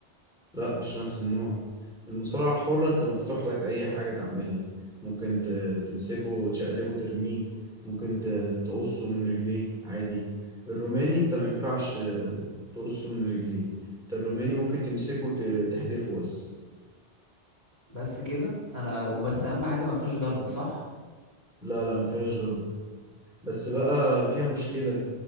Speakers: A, in the centre; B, on the right.
A: لا مش نفس النوع المصارعة الحرة انت مفتوح لك اي حاجة تعملها ممكن ت- تمسكه وتشقلبه ترميه ممكن ت- تقصه من رجليه عادي الروماني انت ما ينفعش ت- تقصه من رجليه انت الروماني ممكن تمسكه وتحدفه بس
B: بس كده انا وبس اهم حاجه ما فيهاش ضرب صح
A: لا لا ما فيهاش ضرب بس بقى فيها مشكلة